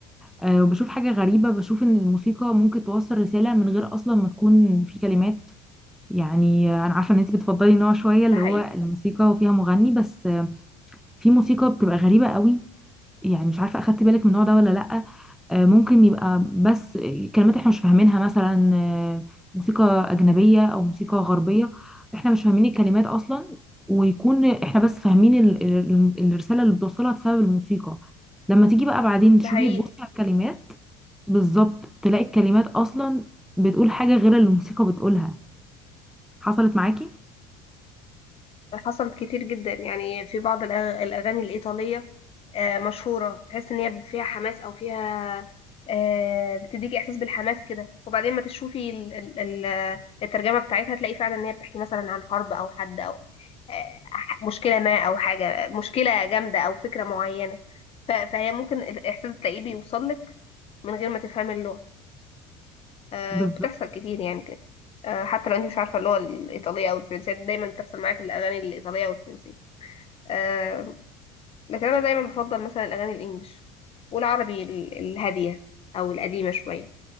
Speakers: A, in the centre; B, on the left (about 40°).
A: آه، وبشوف حاجة غريبة بشوف إن الموسيقى ممكن توصل رسالة من غير أصلا ما تكون في كلمات يعني آه، أنا عارفة إن أنت بتفضلي نوع شوية اللي
B: ده حقيقي
A: هو الموسيقى وفيها مغني بس آه، في موسيقى بتبقى غريبة قوي يعني مش عارفة أخدت بالك من النوع ده ولا لأ آه، ممكن يبقى بس كلمات إحنا مش فاهمينها مثلا آه، موسيقى أجنبية أو موسيقى غربية إحنا مش فاهمين الكلمات أصلا ويكون إحنا بس فاهمين ال- ال- الرسالة اللي بتوصلها بسبب الموسيقى لما تيجي بقى بعدين
B: ده
A: تشوفي
B: حقيقي
A: تبصي على الكلمات بالظبط تلاقي الكلمات اصلا بتقول حاجه غير اللي الموسيقى بتقولها حصلت معاكي
B: حصلت كتير جدا يعني في بعض الأغ- الأغاني الإيطالية آه، مشهورة تحس إن هي فيها حماس أو فيها آه، بتديكي إحساس بالحماس كده وبعدين ما تشوفي ال- ال- ال- آه، الترجمة بتاعتها تلاقي فعلا إن هي بتحكي مثلا عن حرب أو حد أو آه، ح- مشكلة ما أو حاجة مشكلة جامدة أو فكرة معينة ف- فهي ممكن الإحساس تلاقيه بيوصلك من غير ما تفهمي اللغة آه،
A: بالظبط
B: بتحصل كتير يعني كده آه، حتى لو انت مش عارفه اللغه الايطاليه او الفرنسيه دايما بتحصل معايا في الاغاني الايطاليه والفرنسيه آه، لكن انا دايما بفضل مثلا الاغاني الانجليش والعربي ال- الهاديه او القديمه شويه